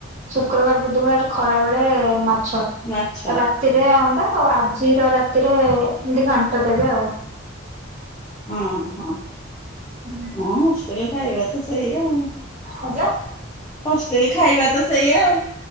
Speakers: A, on the right (about 35°); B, on the left (about 20°).
A: ଶୁକ୍ରବାର ବୁଧବାର ଖରା ବେଳେ ମାଛ।
B: ମାଛ।
A: ରାତିରେ ଅଣ୍ଡା ଆଉ ଆଜିର ରାତିରେ ଏମତି ଘାଣ୍ଟ ଦେବେ ଆଉ।
B: ହଁ ହଁ।
A: ହୁଁ।
B: ହଁ ହଷ୍ଟେଲରେ ଖାଇବା ତ ସେଇଆଉ
A: ଆଜ୍ଞା।
B: ହଷ୍ଟେଲ ଖାଇବା ତ ସେଇ ଆଉ।